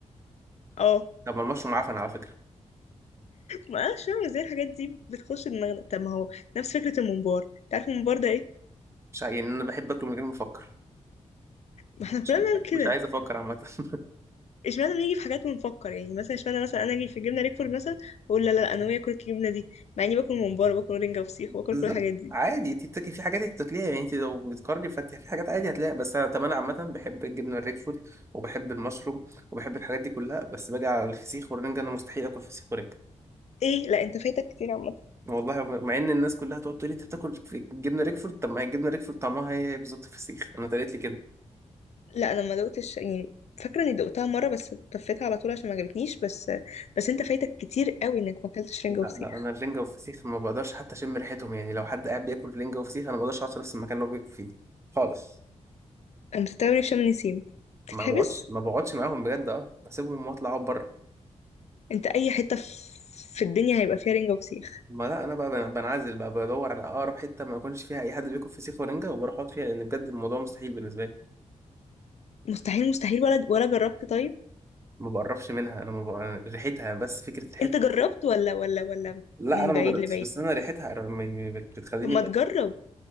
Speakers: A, on the left; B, on the right.
A: اه
B: طب ما المشروم عفن على فكره
A: ما اعرفش بقى ازاي الحاجات دي بتخش دماغنا طب ما هو نفس فكرة الممبار تعرف الممبار ده ايه
B: مش ع- يعني انا بحب اكله من غير ما افكر
A: ما احنا كلنا
B: مش
A: بنعمل كده
B: مش عايز افكر عامه <laughs>
A: اشمعنى بنيجي في حاجات ونفكر يعني مثلا اشمعنى مثلا انا اجي في جبنه ريكفورد مثلا واقول لا لا لا، انا ناويه اكل الجبنه دي مع اني باكل ممبار وباكل رنجه وفسيخ وباكل
B: بالظبط
A: كل الحاجات دي
B: عادي انت بتاكلي في حاجات انت بتاكليها يعني انت لو بتقارني فانت في حاجات عادي هتلاقيها بس انا طب انا عامه بحب الجبنه الريك فود وبحب المشروم وبحب الحاجات دي كلها بس باجي على الفسيخ والرنجه انا مستحيل اكل فسيخ ورنجه
A: ايه لا انت فايتك كتير عامه
B: والله مع ان الناس كلها تقعد تقول لي انت بتاكل في الجبنه ريكفورد طب ما هي الجبنه ريكفورد طعمها هي بالظبط الفسيخ انا اتقالت لي كده
A: لا انا ما دقتش يعني فاكره اني دقتها مره بس طفيتها على طول عشان ما عجبتنيش بس بس انت فايتك كتير قوي انك ما اكلتش رنجه
B: لا
A: وفسيخ
B: لا انا الرنجة والفسيخ ما بقدرش حتى اشم ريحتهم يعني لو حد قاعد بياكل رنجة وفسيخ انا ما بقدرش اقعد في نفس المكان اللي هو بياكل فيه خالص
A: انا مستغرب شم نسيم تتحبس
B: ما بقعدش ما بقعدش معاهم بجد اه بسيبهم واطلع اقعد بره
A: انت اي حته في في الدنيا هيبقى فيها رنجه وفسيخ
B: ما لا انا بقى بن- بنعزل بقى بدور على اقرب حته ما يكونش فيها اي حد بياكل فسيخ ورنجه وبروح اقعد فيها لان بجد الموضوع مستحيل بالنسبه لي
A: مستحيل مستحيل ولا ولا جربت طيب
B: ما بقربش منها انا ما بق... ريحتها بس فكره ريحتها
A: انت جربت ولا ولا ولا
B: لا
A: من
B: انا ما
A: بعيد
B: جربتش
A: لبعيد
B: بس انا ريحتها م- م- بت- بتخليني
A: طب ما
B: ب-
A: تجرب